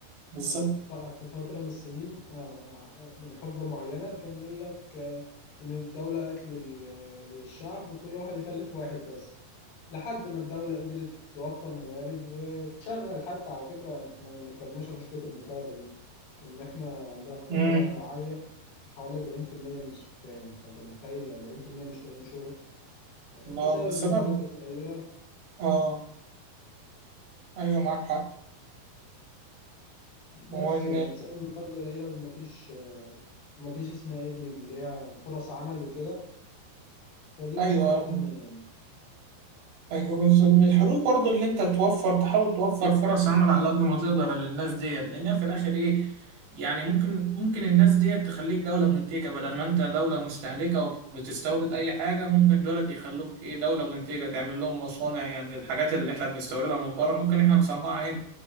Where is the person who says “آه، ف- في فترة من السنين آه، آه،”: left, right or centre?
Left